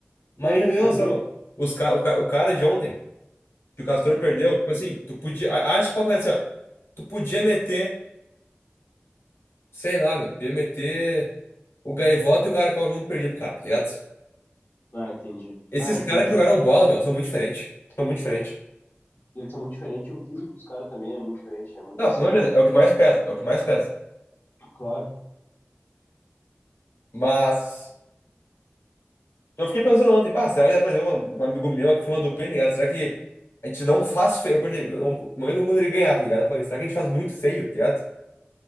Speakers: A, on the left (about 85°); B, on the left (about 55°).
A: Mas não tem
B: Mas,
A: noção,
B: meu,
A: meu. Os ca... o, ca... o cara de ontem, que o Castor perdeu, tipo assim, tu podia. a- Acho que o papo é assim, ó. Tu podia meter, sei lá, meu, tu podia meter o Gaivota e o cara que junto perdido pro cara, tá ligado?
B: não, entendi.
A: Esses
B: Não, entendi.
A: caras que jogaram bola, meu, são muito diferentes. São muito diferentes.
B: Eles são muito diferentes. O físico dos caras também é muito diferente, é muito
A: Não,
B: acima.
A: com certeza, é o que mais pesa, é o que mais pesa.
B: Claro.
A: Mas eu fiquei pensando ontem, pá, será que dá pra trazer um, um amigo meu que foi uma dupla, ligado? Será que a gente não faz feio? Eu perdi, não, não, não entra no ele ganhar, tá ligado? Eu falei, será que a gente faz muito feio, tá ligado?